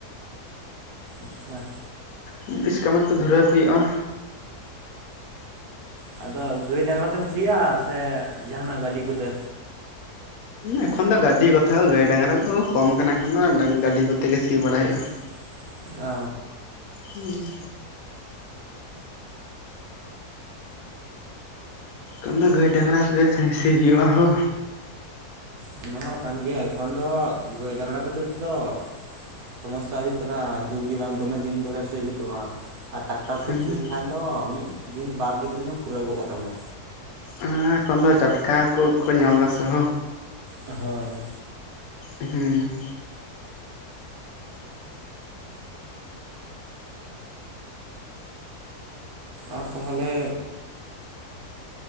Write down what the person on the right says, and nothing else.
ᱟᱪᱪᱷᱟ
ᱚ ᱟᱫᱚ ᱜᱟᱹᱭ ᱰᱟᱝᱨᱟ ᱛᱮᱢ ᱥᱤᱭᱟ ᱥᱮ ᱡᱟᱦᱟᱱᱟᱜ ᱜᱟᱹᱰᱤ ᱠᱚᱛᱮ
<unintelligible> ᱚ
ᱦᱮᱸ ᱚᱱᱟ ᱦᱚᱸ ᱠᱟᱱ ᱜᱮᱭᱟ ᱮᱠᱷᱚᱱ ᱫᱚ ᱜᱟᱹᱭ ᱰᱟᱝᱨᱟ ᱠᱚᱛᱮ ᱫᱚ ᱥᱚᱢᱚᱥᱟ ᱦᱩᱭᱩᱜ ᱠᱟᱱᱟ ᱡᱚᱞᱫᱤ ᱵᱟᱝ ᱫᱚᱢᱮ ᱫᱤᱱ ᱫᱷᱚᱨᱤᱭᱟ ᱥᱤ ᱦᱩᱭᱩᱜ ᱛᱟᱢᱟ ᱟᱨ ᱴᱟᱠᱴᱟᱨ ᱛᱮᱢ
ᱥᱤ ᱠᱷᱟᱱ ᱫᱚ ᱢᱤᱫ ᱫᱤᱱ ᱵᱟᱨ ᱫᱤᱱ ᱛᱮᱜᱮᱢ ᱯᱩᱨᱟᱹᱣ ᱜᱚᱜ ᱠᱟᱛᱟᱢᱟ
ᱦᱳᱭ
ᱟᱨ ᱛᱟᱦᱚᱞᱮ